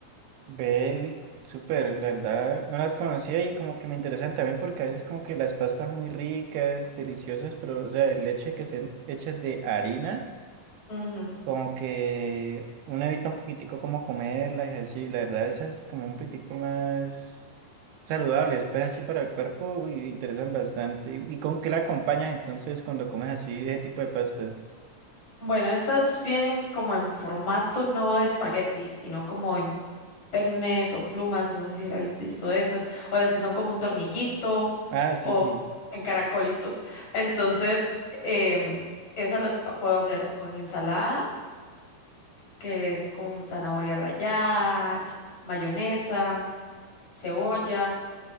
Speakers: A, on the right; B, on the left.
A: Ve, uy, súper, en verdad, no las conocía y como que me interesan también porque a veces como que las pastas son muy ricas, deliciosas, pero o sea, el leche que sean hechas de harina,
B: Ujú.
A: como que uno evita un poquitico como comerlas y así, la verdad esas como un poquitico más saludables, pues así para el cuerpo y interesan bastante. ¿Y con qué la acompañas entonces cuando comes así ese tipo de pastas?
B: Bueno, estas vienen como en formato no de espagueti, sino como en peines o plumas, no sé si la habéis visto de esas, o las que son como un tornillito
A: Ah, sí,
B: o
A: sí,
B: en caracolitos. Entonces, em, esas las pa- puedo hacer o en ensalada, que es con zanahoria rallada, mayonesa, cebolla.